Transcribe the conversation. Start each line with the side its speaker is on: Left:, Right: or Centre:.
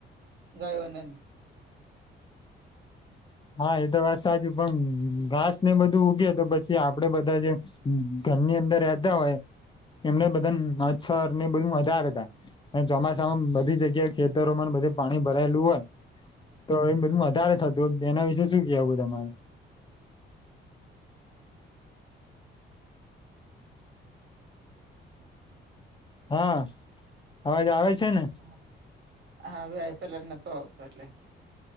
Right: ગાયોને.
Left: હા! એ તો વાત સાચું. પણ ઘાસ ને બધું ઉગે. તો પછી આપડે બધા જે. ઘરની અંદર રહેતા હોય. એમને બધાંને મચ્છર ને બધું વઘારે થાય. અને ચોમાસામાં બધી જગ્યા ખેતરોમાં બધે પાણી ભરાયેલું હોય. તો એમ બધું વધારે થતું. એના વિશે શું કેવુ તમારે? હા આવાજ આવેે છે ને?
Right: હા આયો પેલા નોતો આવતો એડલે.